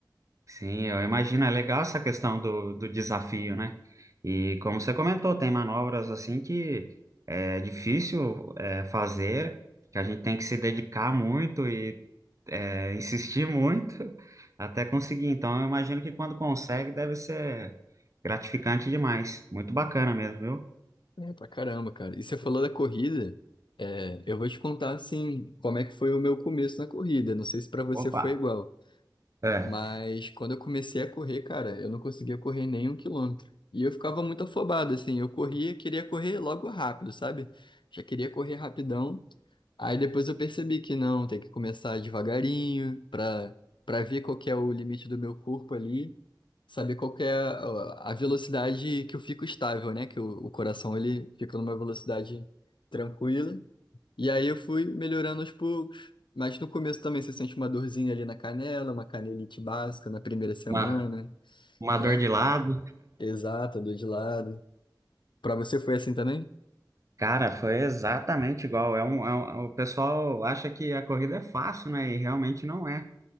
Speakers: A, on the right (about 40°); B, on the left (about 80°).
A: sim, eu imagino. É legal essa questão do, do desafio, né? E como você comentou, tem manobras assim que é difícil é, fazer, que a gente tem que se dedicar muito e é, insistir muito <laughs> até conseguir. Então, eu imagino que quando consegue, deve ser gratificante demais. Muito bacana mesmo, viu?
B: É pra caramba, cara. E você falou da corrida, é, eu vou te contar assim como é que foi o meu começo na corrida. Não sei se pra você
A: Opa!
B: foi igual.
A: É.
B: Mas quando eu comecei a correr, cara, eu não conseguia correr nem um quilômetro. E eu ficava muito afobado, assim. Eu corria, queria correr logo rápido, sabe? Já queria correr rapidão. Aí depois eu percebi que não, tem que começar devagarinho para para ver qual que é o limite do meu corpo ali, saber qual que é a, a velocidade que eu fico estável, né? Que o, o coração ele fica numa velocidade tranquila. E aí eu fui melhorando aos poucos. Mas no começo também você sente uma dorzinha ali na canela, uma canelite básica na primeira semana,
A: Uma, uma
B: né?
A: dor de lado.
B: Exato, dor de lado. Pra você foi assim também?
A: Cara, foi exatamente igual. É um, é um- o pessoal acha que a corrida é fácil, né? E realmente não é.